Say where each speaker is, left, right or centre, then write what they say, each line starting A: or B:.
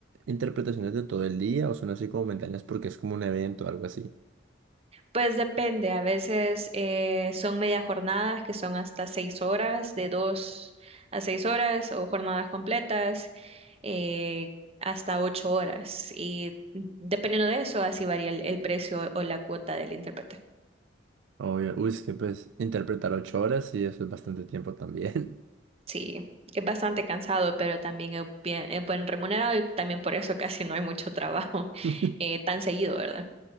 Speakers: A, on the right; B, on the right.
A: interpretaciones de todo el día o son así como momentáneas porque es como un evento o algo así.
B: Pues depende, a veces eh, son media jornadas que son hasta seis horas, de dos a seis horas, o jornadas completas, eh, hasta ocho horas. Y dependiendo de eso, así varía el el precio o la cuota del intérprete.
A: Obvio. Uy, es que pues interpretar ocho horas y eso es bastante tiempo también.
B: Sí, es bastante cansado, pero también es bien, es buen remunerado y también por eso <laughs> casi no hay mucho trabajo <laughs>
A: <laughs>
B: eh, tan seguido, ¿verdad?